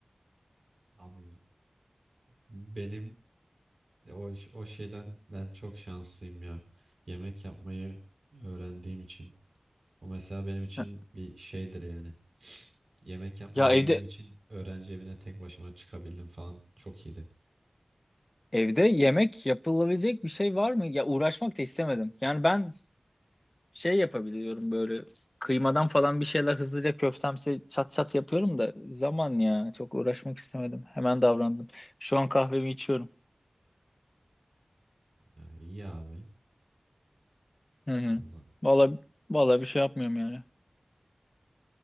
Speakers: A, on the right (about 75°); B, on the left (about 35°).
A: Abi benim o o şeyden ben çok şanslıyım ya. Yemek yapmayı öğrendiğim için. O mesela benim için
B: Heh.
A: bir şeydir yani. Yemek yapmayı
B: Ya
A: bildiğim
B: evde
A: için öğrenci evine tek başıma çıkabildim falan. Çok iyiydi.
B: evde yemek yapılabilecek bir şey var mı? Ya uğraşmak da istemedim. Yani ben Şey yapabiliyorum böyle kıymadan falan bir şeyler hızlıca köftemsi çat çat yapıyorum da zaman ya çok uğraşmak istemedim. Hemen davrandım. Şu an kahvemi içiyorum.
A: Ha, iyi abi.
B: Hı hı.
A: Allah.
B: Vallahi vallahi bir şey yapmıyorum yani.